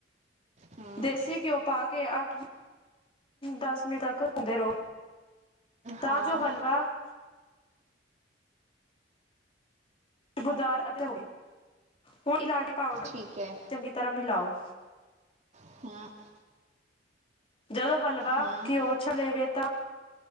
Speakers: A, on the right (about 40°); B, on the left (about 30°).
A: ਹੂੰ
B: ਦੇਸੀ ਘਿਓ ਪਾ ਕੇ ਅੱਠ ਦਸ ਮਿੰਟ ਤੱਕ ਹੁੰਦੇ ਰਹੋ ਤਾਂ
A: ਹਾਂ
B: ਜੋ ਹਲਵਾ ਬੁਦਾਰ ਅਤੇ ਹੁਣ ਇਲਾਚ ਪਾਊਡਰ
A: ਠੀਕ ਹੈ
B: ਚੰਗੀ ਤਰ੍ਹਾਂ ਮਿਲਾਓ
A: ਹ <unintelligible>
B: ਜਦੋਂ ਹਲਵਾ
A: ਹੂੰ
B: ਘਿਓ ਛਲੇਵੇ ਤਾਂ